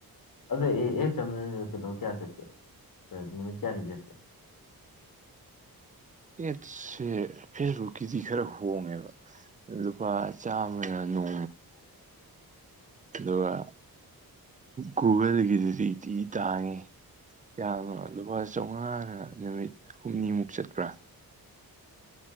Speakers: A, on the left (about 60°); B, on the right (about 20°).
A: ꯑꯟꯏꯟꯇꯦꯜꯂꯤꯖꯦꯕꯜ ꯀꯌꯥ ꯁꯠꯀꯦ ꯅꯨꯃꯤꯠ ꯀꯌꯥ ꯅ ꯆꯠꯀꯦ
B: ꯑꯦꯠꯁꯦ ꯐꯦꯁꯕꯨꯛꯀꯤꯗꯤ ꯈꯔ ꯍꯣꯡꯉꯦꯕ ꯂꯨꯄꯥ ꯆꯥꯝꯃꯒ ꯅꯣꯡ
A: <inaudible>
B: ꯑꯗꯨꯒ ꯒꯨꯒꯜꯒꯤꯗꯨꯗꯤꯇꯤ ꯇꯥꯡꯉꯤ ꯌꯥꯝꯅ ꯂꯨꯄꯥ ꯆꯥꯃꯉꯥꯅ ꯅꯨꯃꯤꯠ ꯍꯨꯝꯅꯤꯃꯨꯛ ꯆꯠꯄ꯭ꯔꯥ